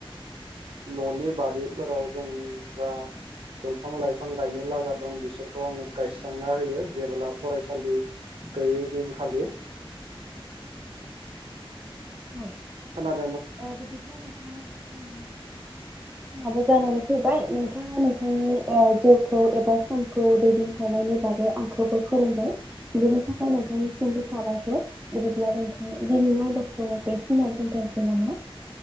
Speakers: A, on the right; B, on the right.
A: न'नि बारि फोराव जों- दा दंफां लाइफां गायनो लागा दं बिसोरखौ आङो गायस्रांना होयो जेब्ला फरायसालि गैयै दिनखालि
B: औ
A: खोना-
B: ओ बिदिब्ला नोंथां उम समाबो जानानै फैबाय नोंथाङा नोंथांनि ओ जिउ- खौ एबा समखौ दैदेनहरनायनि बागै आंखौबो फोरोंबाय बेनि थाखाय नोंथांनिसिमबो साबायखर बिदिब्ला नोंथां दिनैनि आयदाखौ बेखिनियाव दोनथ'सै नामा?